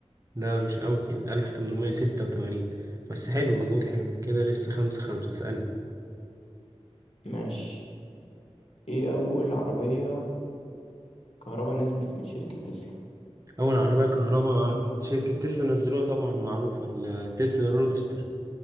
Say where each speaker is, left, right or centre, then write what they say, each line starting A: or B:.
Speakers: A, on the right; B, on the left.
A: لا مش قوي كده 1886 بس حلو مجهود حلو كده لسه خمسة خمسة اسألني
B: ماشي ايه أول عربية كهرباء نزلت من شركة تسلا
A: أول عربية كهرباء آه، شركة تسلا نزلوها طبعا معروفة التسلا رودستر